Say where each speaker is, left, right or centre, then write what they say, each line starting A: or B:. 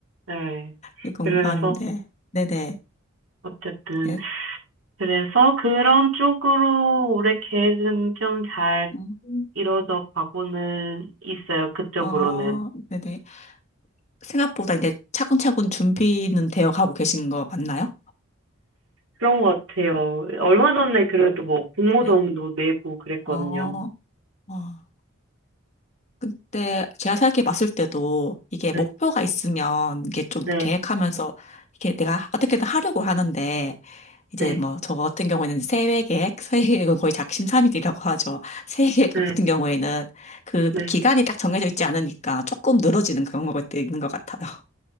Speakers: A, on the right; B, on the left.
A: 네.
B: 이 공부하는데.
A: 그래서,
B: 네네.
A: 어쨌든.
B: 그래-
A: 그래서 그런 쪽으로 올해 계획은 좀 잘
B: 음,
A: 이루어져 가고는 있어요. 그쪽으로는.
B: 어, 네네. 생각보다 이제 차근차근 준비는 되어 가고 계신 거 맞나요?
A: 그런 것 같아요. 얼마 전에 그래도 뭐 공모전도
B: 네.
A: 내고 그랬거든요.
B: 어, 어. 근데 제가 생각해 봤을 때도 이게
A: 네,
B: 목표가 있으면 이게 좀
A: 네,
B: 계획하면서 이렇게 내가 어떻게든 하려고 하는데 이제
A: 네,
B: 뭐 저 같은 경우에는 세외 계획, <laughs> 세외 계획은 거의 작심삼일이라고 하죠. 세외 계획
A: 네,
B: 같은 경우에는 그
A: 네.
B: 기간이 딱 정해져 있지 않으니까 조금 늘어지는 그런 것도 있는 것 같아요. <laughs>